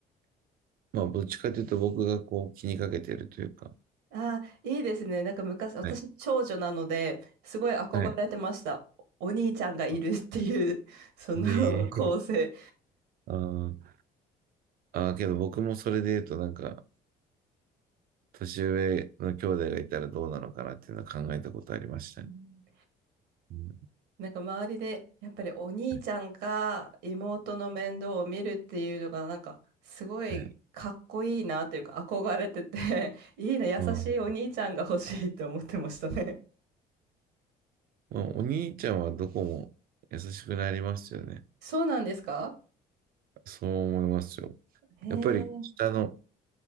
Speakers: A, on the right (about 60°); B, on the right (about 90°).
A: まあ、どっちかというと僕がこう気にかけてるというか、
B: あいいですね。なんか昔、私、
A: はい。
B: 長女なので、すごい憧れてました。
A: はい。
B: おお兄ちゃんがいるっていう、
A: あ
B: その
A: ええ
B: <laughs> 構成。
A: あーあー、けど僕もそれで言うとなんか、年上の兄弟がいたらどうなのかなっていうのは考えたことありましたね。
B: うん
A: うん。
B: なんか周りで、やっぱりお兄ちゃんが妹の面倒を見るっていうのが、
A: はい。
B: なんかすごいかっこいいなというか憧れてて
A: はい。
B: <laughs> いいな、優しいお兄ちゃんが欲しいって思ってましたね。
A: うん。まあ、お兄ちゃんはどこも優しくなりますよね。
B: そうなんですか
A: そう思いますよ。
B: へえ、
A: やっぱり下の